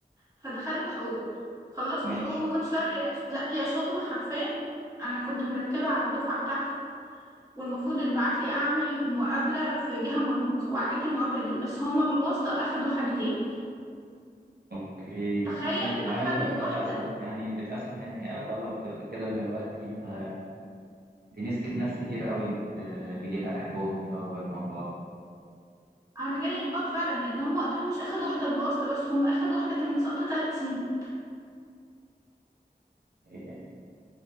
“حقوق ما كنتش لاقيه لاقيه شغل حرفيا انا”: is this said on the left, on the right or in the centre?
Right